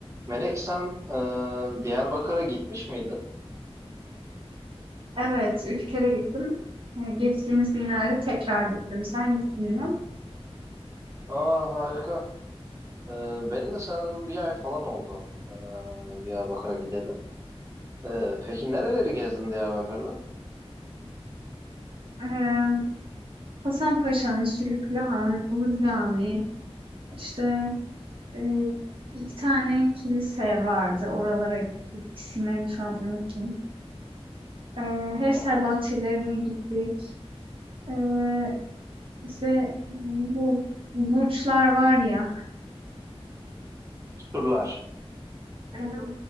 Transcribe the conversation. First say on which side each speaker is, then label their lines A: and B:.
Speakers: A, on the right (about 30°); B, on the right (about 55°).
A: Melek sen e, Diyarbakır'a gitmiş miydin?
B: Evet, 3 kere gittim. Eee, geçtiğimiz günlerde tekrar gittim. Sen gittin mi?
A: Aa harika. E, benim de sanırım bir ay falan oldu e, Diyarbakır'a gidelim. E, peki nereleri gezdin Diyarbakır'da?
B: Eee Hasan Paşa'nın Sülüklü Han, Ulu Cami, işte eee, iki tane kilise vardı. Oralara gittik. İsimlerini şu an unuttum. Eee Hevser
A: Hı hı.
B: bahçelerine gittik. Eee işte bu burçlar var ya.
A: Turlar.
B: eee,